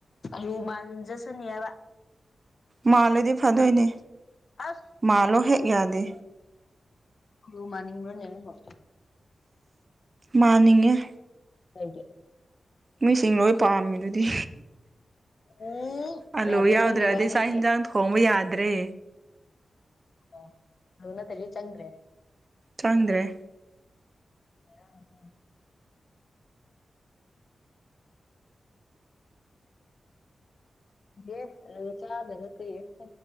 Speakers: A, on the left; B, on the right.
A: ꯂꯨꯃꯥꯟꯖꯁꯨꯅꯤꯕ
B: ꯃꯥꯜꯂꯗꯤ ꯐꯗꯣꯏꯅꯦ
A: ꯑꯁ
B: ꯃꯥꯜꯂꯣ ꯍꯦꯛ ꯌꯥꯗꯦ
A: ꯑꯗꯨ ꯃꯥꯅꯤꯅꯤꯡꯣꯦ
B: ꯃꯥꯅꯤꯡꯉꯦ
A: <unintelligible>
B: ꯃꯤꯁꯤꯡ ꯂꯣꯏ ꯄꯥꯝꯃꯤꯗꯨꯗꯤ
A: ꯎꯝ
B: ꯑꯜꯂꯨ
A: ꯌꯥꯗꯦ
B: ꯌꯥꯎꯗ꯭ꯔꯦꯗꯤ
A: ꯅꯪꯒꯤ ꯋꯥꯍꯩꯁꯦ
B: ꯆꯥꯛ ꯌꯦꯟꯁꯥꯡ ꯊ ꯍꯣꯡꯕ ꯌꯥꯗ꯭ꯔꯦ
A: ꯑꯣ ꯑꯗꯨꯅꯠꯇ ꯆꯪꯗ꯭ꯔꯦ
B: ꯆꯪꯗ꯭ꯔꯦ
A: ꯑ ꯦ ꯑꯗꯨꯒ ꯆꯥꯗꯅ ꯀꯩꯌꯦꯦ